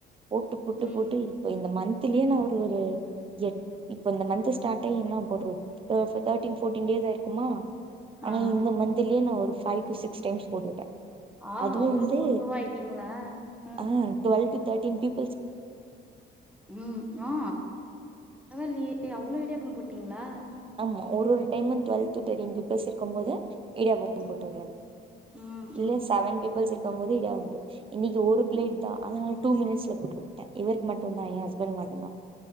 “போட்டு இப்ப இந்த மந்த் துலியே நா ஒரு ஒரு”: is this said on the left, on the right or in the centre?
Right